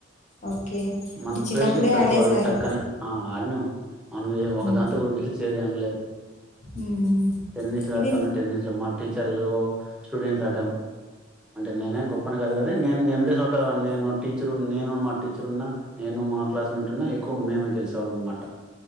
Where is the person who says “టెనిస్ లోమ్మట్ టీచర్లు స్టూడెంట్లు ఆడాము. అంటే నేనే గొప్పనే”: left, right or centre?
Centre